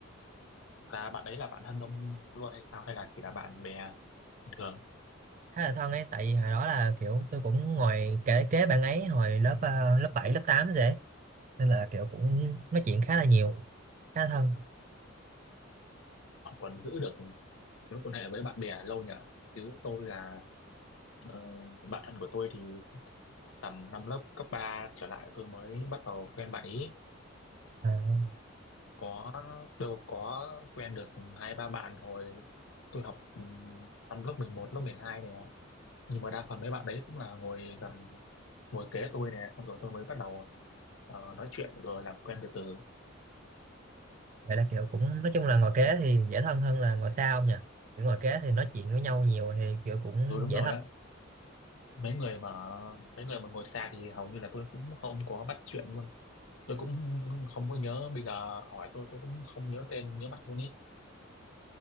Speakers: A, on the left; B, on the right.
A: là bạn đấy là bạn thân ông luôn hay sao hay là chỉ là bạn bè bình thường
B: khá là thân ấy tại vì hồi đó là kiểu tôi cũng ngồi kể kế bạn ấy hồi lớp ờ, lớp 7 lớp 8 dễ nên là kiểu cũng nói chuyện khá là nhiều khá là thân
A: bạn còn giữ được mối quan hệ với bạn bè lâu nhở chứ tôi là ờ, bạn thân của tôi thì tầm năm lớp cấp 3 trở lại tôi mới bắt đầu quen bạn ý
B: à,
A: có tôi có quen được hai ba bạn hồi tôi học ừm, năm lớp 11 lớp 12 nè nhưng mà đa phần mấy bạn đấy cũng là ngồi gần ngồi kế tôi nè xong rồi tôi mới bắt đầu ờ, nói chuyện rồi làm quen từ từ
B: vậy là kiểu cũng nói chung là ngồi kế
A: ừ
B: thì dễ thân hơn là ngồi xa ông nhỉ kiểu ngồi kế thì nói chuyện với nhau nhiều thì kiểu cũng
A: Ừ, đúng
B: dễ
A: rồi
B: thân
A: á mấy người mà mấy người mà ngồi xa thì hầu như là tôi cũng không có bắt chuyện luôn tôi cũng không có nhớ bây giờ hỏi tôi tôi cũng không nhớ tên nhớ mặt luôn ý